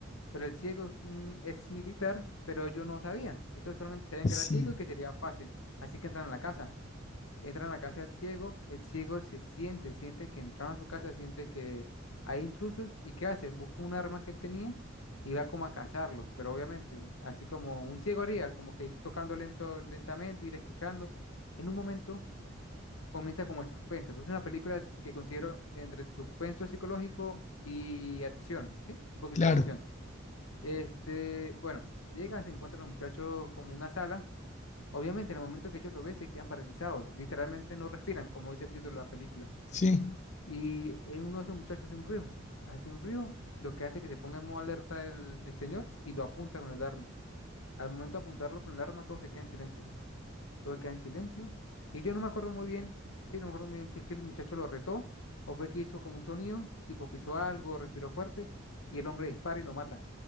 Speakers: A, on the left (about 80°); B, on the left (about 35°).
A: Pero el ciego mm, es militar, pero ellos no sabían. Ellos solamente sabían
B: sí,
A: que era ciego y que sería fácil. Así que entran a la casa. Entran a la casa del ciego. El ciego se siente, siente que entraron a su casa, siente que hay intrusos. ¿Y qué hace? Busca un arma que él tenía y va como a cazarlos. Pero obviamente, así como un ciego haría, como que ir tocando lento, lentamente, ir escuchando. En un momento comienza como el suspenso. Pues es una película que considero entre suspenso psicológico y acción, ¿sí? Un poquito
B: claro.
A: de acción. Este, bueno, llega, se encuentran los muchachos como en una sala. Obviamente, en el momento que ellos lo ven, se quedan paralizados. Literalmente no respiran, como dice el título de la película.
B: Sí.
A: Y eh, uno de esos muchachos hace un ruido. Hace un ruido, lo que hace que se ponga en modo alerta el, el señor y lo apunta con el arma. Al momento de apuntarlo con el arma, todos se quedan en silencio todo queda en silencio. Y yo no me acuerdo muy bien, sí, no me acuerdo muy bien si es que el muchacho lo retó o fue que hizo como un sonido, tipo pisó algo, respiró fuerte y el hombre dispara y lo mata